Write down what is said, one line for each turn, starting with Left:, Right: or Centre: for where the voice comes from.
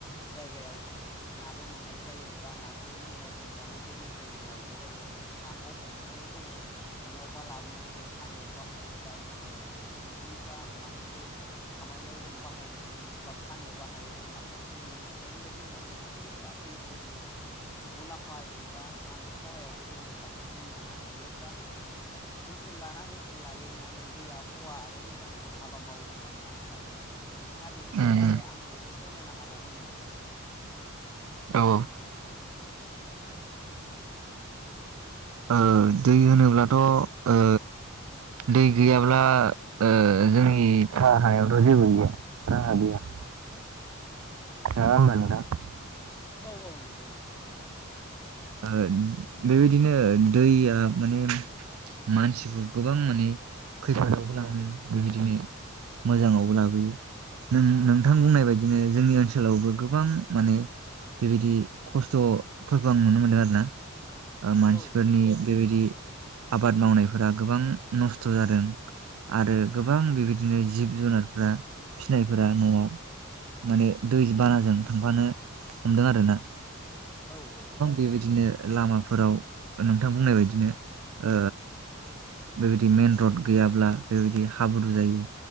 Left: जायगायाव नाबो मोननाय जायो बा ना खौ जोङो हमनानै दैनिफ्राय जों लायनाय जायो नाखौ हमनानै जोङो न'आवबा लाबोनानै जों फाननोबो हायो बा जोङो ओंख्रि बा माबा मोनसे खामानियाव जों बाहायनानै बा फाननोबो हायो जों नाखौ जों बिनिफ्रायनो जों बुंनो हायो बा दैखौ जोङो मुलाम्फा एबा मा होनो खहायावबो जोङो बांसिनै मोननो हायो बा ओनसोल लाना ओनसोल लायै माने दैया खहा आरो मोजांबो हाबा मावो होननानै आं सानो नोंथां नोंथाङा बेनि सायाव
Right: उम
Left: आरो आंनो एसे फोरमायनो हाबावगोन नामा?
Right: औ ओ दै होनोब्लाथ' ओ दै गैयाब्ला ओ जोंनि हायावथ' जेबो गैया राहा गैया। नङा होनबा नोंथां?
Left: औ औ नंगौ नंगौ
Right: ओ बेबायदिनो दैया माने मानसिखौ गोबां माने खैफोदावबो लाङो बेबायदिनो मोजाङावबो लाबोयो नों नोंथां बुंनाय बायदिनो जोंनि ओनसोलावबो गोबां माने बेबायदि खस्थ'फोरबो मोनो मोनो आरोना ओ मानसिफोरनि
Left: औ औ
Right: बेबायदि आबाद मावनायफोरा गोबां नस्थ' जादों आरो गोबां बेबायदिनो जिब जुनारफोरा फिसिनायफोरा न'आव माने दै बानाजों थांफानो हमदों आरो ना।
Left: औ औ औ
Right: बेबायदिनो लामाफोराव नोंथां बुंनाय बायदिनो ओ बेबायदि मेन रड गैयाब्ला बेबायदि हाब्रु जायो